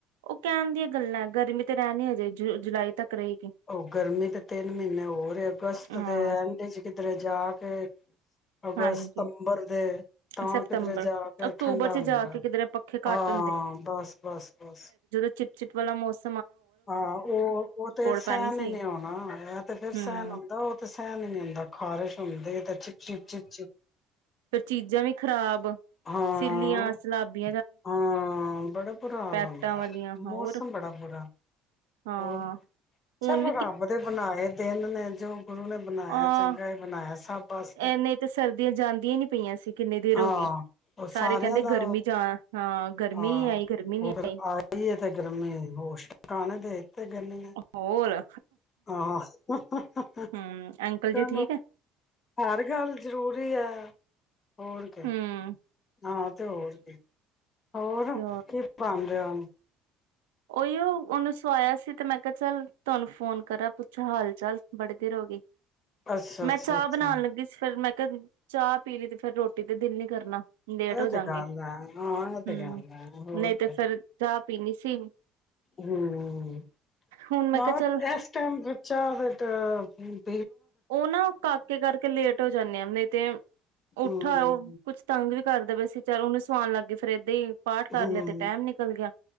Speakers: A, on the right; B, on the left.
A: ਉਹ ਕਹਿਣ ਦੀਆਂ ਗੱਲਾਂ ਏ। ਗਰਮੀ ਤੇ ਰਹਿਣ ਅਜੇ ਜੁ ਜੁਲਾਈ ਤੱਕ। ਰਹੇਗੀ
B: ਉਹ ਗਰਮੀ ਦੇ ਤਿੰਨ ਮਹੀਨੇ ਹੋਰ ਐ। ਅਗਸਤ
A: ਹਾਂ
B: ਦੇ ਐਂਡ ਚ ਕੀਧਰੇ ਜਾ ਕੇ ਅਗਸਤ-ਸਤੰਬਰ
A: ਹਾਂਜੀ
B: ਦੇ ਤਾਂ
A: ਸਤੰਬਰ
B: ਕਿਧਰੇ ਜਾ ਕੇ
A: ਅਕਤੂਬਰ
B: ਠੰਡਾ
A: ਚ
B: ਹੁੰਦਾ।
A: ਜਾ ਕੇ ਕਿਧਰੇ ਪੱਖੇ ਘੱਟ
B: ਹਾਂ, ਬਸ, ਬਸ, ਬਸ।
A: ਚਿਪ-ਚਿਪ ਵਾਲਾ ਮੌਸ
B: ਹਾਂ ਉਹ ਉਹ ਤੇ ਸਹਿਣ
A: ਪੈਣੀ ਸਹੀ
B: ਹੀ ਨਹੀਂ ਹੋਣਾ, ਐ ਤੇ ਫਿਰ
A: ਹੂੰ
B: ਸਹਿਣ ਹੁੰਂਦਾ, ਉਹ ਤੇ ਸਹਿਣ ਹੀ ਨੀ ਹੁੰਦਾ ਖ਼ਾਰਿਸ਼ ਹੁੰਦੀ ਤੇ ਚਿਪ-ਚਿਪ, ਚਿਪ-ਚਿਪ।
A: ਫੇਰ ਚੀਜ਼ਾਂ ਵੀ ਖ਼ਰਾਬ,
B: ਹਾਂ
A: ਸਿੱਲੀਆਂ ਸਲਾਬੀ
B: ਹਾਂ, ਬੜਾ ਬੁਰਾ ਹਾਲ
A: ਪੈਕਟਾਂ
B: ਹੂੰਦਾ।
A: ਵਾਲੀਆਂ ਹੋਰ
B: ਮੌਸਮ ਬੜਾ ਬੁਰਾ
A: ਹਾਂ
B: ਹੋਰ, ਚਲੋ
A: ਹੁਣ
B: ਰੱਬ ਦੇ ਬਣਾਏ ਦਿਨ ਨੇ। <inaudible> ਬਣਾਇਆ
A: ਹਾਂ,
B: ਚੰਗਾ ਹੀ ਬਣਾਇਆ ਸਭ ਵਾਸਤੇ
A: ਨਹੀਂ ਤਾਂ ਸਰਦੀਆਂ ਜਾਂਦੀਆਂ ਨੀ ਪਈਆਂ ਸੀ ਕਿੰਨੀ ਦੇਰ
B: ਹਾਂ
A: ਹੋ ਗਈ।
B: ਉਹ
A: ਸਾਰੇ
B: ਸਾਰਿਆਂ
A: ਕਹਿੰਦੇ
B: ਦਾ
A: ਗਰਮੀ ਜਾ ਹਾਂ ਗਰਮੀ
B: ਹਾਂ
A: ਨੀ ਆਈ ਗਰਮੀ ਨੀ
B: ਉਹ ਫਿਰ
A: ਆਈ
B: ਆ ਗਈ ਏ ਤੇ ਗਰਮੀ <unintelligible> ਤੇ <unintelligible>
A: ਹੋਰ
B: ਆਹ, ਚਲੋ
A: ਹਮ ਅੰਕਲ ਜੀ ਠੀਕ ਹੈ
B: ਹਰ ਗੱਲ ਜ਼ਰੂਰੀ ਆ। ਹੋਰ ਕੇ।
A: ਹਮ
B: ਹਾਂ ਤੇ ਹੋਰ ਕੇ। ਹੋਰ
A: ਤੇ
B: ਕੀ ਬਣ ਰਿਹਾ ਹੁਣ?
A: ਓਹੀਓ, ਉਹਨੂੰ ਸਵਾਇਆ ਸੀ ਤੇ ਮੈਂ ਕਿਹਾ ਚੱਲ ਤੁਹਾਨੂੰ ਫੋਨ ਕਰਾਂ ਪੁੱਛਾਂ ਹਾਲ ਚਾਲ ਬੜੀ ਦੇਰ ਹੋ ਗਈ।
B: ਅੱਛਾ
A: ਮੈਂ
B: ਅੱਛਾ
A: ਚਾਹ
B: ਅੱਛਾ
A: ਬਣਾਉਣ ਲੱਗੀ ਸੀ ਫਿਰ ਮੈਂ <unintelligible> ਚਾਹ ਪੀ ਲਈ ਤੇ ਫਿਰ ਰੋਟੀ ਤੇ ਦਿਲ ਨੀ ਕਰਨਾ। ਲੇਟ
B: ਏ
A: ਹੋ
B: ਤੇ
A: ਜਾਗੇ
B: ਗੱਲ ਹੈ, ਹਾਂ। ਇਹ ਤੇ
A: ਹਮ
B: ਗੱਲ ਹੈ ਹੋਰ
A: ਨਹੀਂ ਤੇ
B: ਕੇ।
A: ਫੇਰ ਚਾਹ ਪੀਣੀ ਸੀ।
B: ਹੂ,
A: ਹੁਣ ਮੈਂ
B: ਨਾ
A: ਕਿਹਾ ਚੱਲ
B: ਇਸ ਟਾਈਮ ਵਿੱਚਾ ਚਾਰ ਦਾ ਟਾਈਮ <inaudible>
A: ਉਹ ਨਾ ਕਾਕੇ ਕਰਕੇ ਲੇਟ ਹੋ ਜਾਂਦੇ ਆ, ਨਹੀਂ ਤੇ ਉੱਠਾ
B: ਹਮ
A: ਉਹ ਕੁਛ ਤੰਗ ਵੀ ਕਰਦੇ ਪਏ ਸੀ ਚੱਲ ਉਹਨੂੰ ਸੁਾਨ ਲੱਗ ਪਏ ਫਿਰ ਇਏਦਾਂ ਹੀ ਪਾਠ ਕਰ
B: ਹੂ,
A: ਲਿਆ ਤੇ ਟਾਈਮ ਨਿਕਲ ਗਿਆ